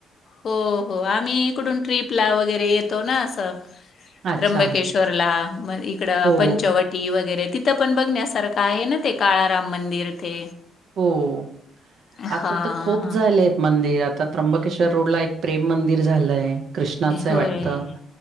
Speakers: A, on the left; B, on the right.
A: हो हो, आम्ही इकडून ट्रिपला वगैरे येतो ना असं.
B: अच्छा.
A: त्र्यंबकेश रला म इकड
B: हो,
A: पंचव टी वगैरे, तिथं पण बघण्यासारखं आहे ना ते काळाराम मंदिर ते.
B: हो,
A: हां,
B: आता तर खूप
A: हां.
B: झाले आहेत मंदिर. आता त्र्यंबकेश्वर रोड ला एक प्रेम मंदिर झालंय. कृष्णाच आहे
A: होय.
B: वाटतं,